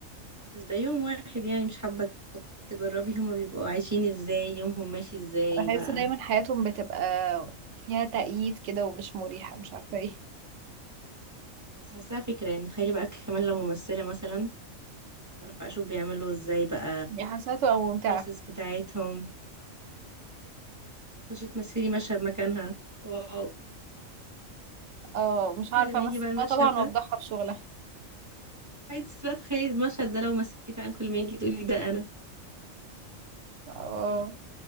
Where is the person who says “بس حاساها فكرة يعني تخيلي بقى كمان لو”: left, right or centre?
Right